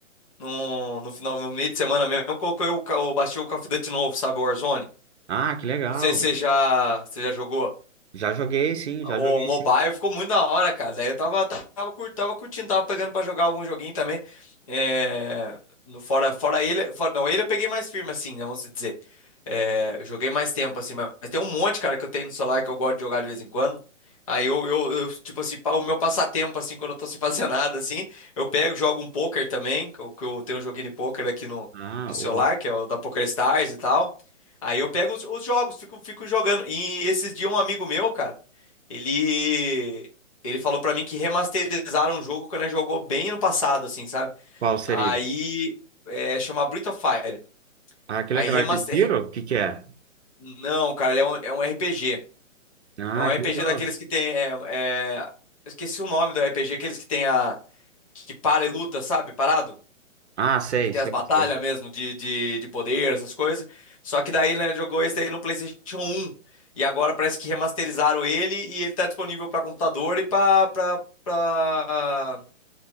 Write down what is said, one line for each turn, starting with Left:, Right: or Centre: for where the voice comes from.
Left: No, no final, no meio de semana mesmo, eu coloquei o, ca- eu baixei o Call of Duty novo, sabe? O Warzone.
Right: Ah, que legal!
Left: Não sei se você já, você já jogou.
Right: Já joguei, sim, já
Left: O
Right: joguei,
Left: mobile
Right: sim.
Left: ficou muito da hora, cara. Daí eu tava, tava, cur- tava curtindo, tava pegando pra jogar algum joguinho também. É, no, fora, fora ele, fora, não, ele eu peguei mais firme, assim, né, vamos dizer. É, joguei mais tempo, assim, mas, mas tem um monte, cara, que eu tenho no celular que eu gosto de jogar de vez em quando. Aí eu, eu, eu, tipo assim, pa- o meu passatempo, assim, quando eu tô sem fazer <laughs> nada, assim, eu pego, jogo um poker também, que eu, que eu tenho um joguinho de poker aqui no,
Right: Ah,
Left: no celular,
Right: o...
Left: que é o da Poker Stars e tal. Aí eu pego os, os jogos, fico, fico jogando. E esses dias um amigo meu, cara. Ele ele falou pra mim que remasterizaram o jogo quando ele jogou bem no passado, assim, sabe?
Right: qual seria?
Left: Aí é, chama Breath of Fire.
Right: Ah, que
Left: Aí
Right: legal.
Left: remaster.
Right: É de tiro? O que que é?
Left: Não, cara, ele é um, é um RPG.
Right: Ah,
Left: É um RPG
Right: que legal.
Left: daqueles que tem. é- é- Eu esqueci o nome do RPG, aqueles que tem a. que para e luta, sabe? Parado?
Right: Ah, sei,
Left: Que tem
Right: sei,
Left: as batalhas
Right: sei.
Left: mesmo de, de, de poder, essas coisas. Só que daí, né, jogou esse aí no PlayStation um E agora parece que remasterizaram ele e ele tá disponível pra computador e pra, pra, pra